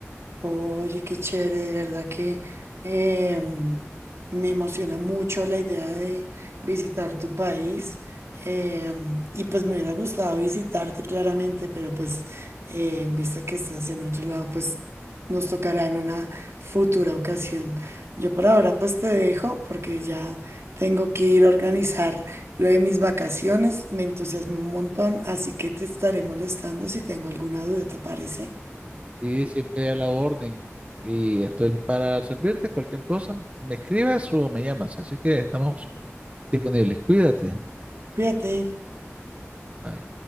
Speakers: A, on the right; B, on the right.
A: Oye, qué chévere, de verdad que em, me emociona mucho la idea de visitar tu país. em, y pues me hubiera gustado visitarte claramente, pero pues eh, en vista que estás en otro lado, pues nos tocará en una futura ocasión. Yo por ahora pues te dejo porque ya tengo que ir a organizar lo de mis vacaciones. Me entusiasmé un montón, así que te estaré molestando si tengo alguna duda, ¿te parece?
B: y siempre a la orden. Y estoy para servirte cualquier cosa. Me escribes o me llamas. Así que estamos disponibles. Cuídate.
A: Cuídate.
B: Bye.